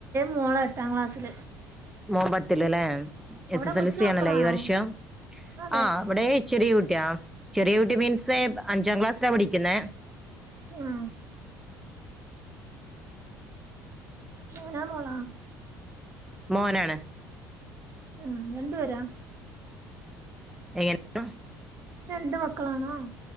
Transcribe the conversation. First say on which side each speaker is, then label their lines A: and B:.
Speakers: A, on the right (about 35°); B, in the centre.
A: മോളോ എട്ടാം ക്ലാസ്സിൽ
B: മോൻപത്തിലല്ലെ
A: അവിടെ
B: എസ് എസ്
A: കൊച്ചു
B: എൽ സി
A: മക്കളാണോ
B: ആണല്ലേ ഈ വർഷം
A: അതെ
B: ആ അവിടെ ഇച്ചെറിയ ചെറിയ കുട്ടി മീൻസ് അഞ്ചാം ക്ലാസ്സിലാ പഠിക്കുന്നേ
A: ഉം മോനാ മോളാ
B: മോനാണ്
A: ആഹ രണ്ടുപേരാ
B: എങ്ങനെ
A: രണ്ട് മക്കളാണോ